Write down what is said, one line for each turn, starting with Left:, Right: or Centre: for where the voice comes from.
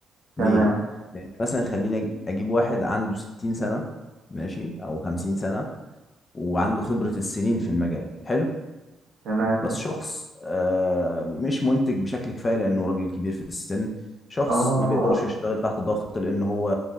Right: تمام
Left: ليه لان مثلا خليني اجيب واحد عنده 60 سنة ماشي او 50 سنة وعنده خبرة السنين في المجال حلو
Right: تمام
Left: بس شخص آه، مش منتج بشكل كفايه لانه راجل كبير في السن شخص
Right: اه
Left: ما بيقدرش يشتغل تحت ضغط لان هو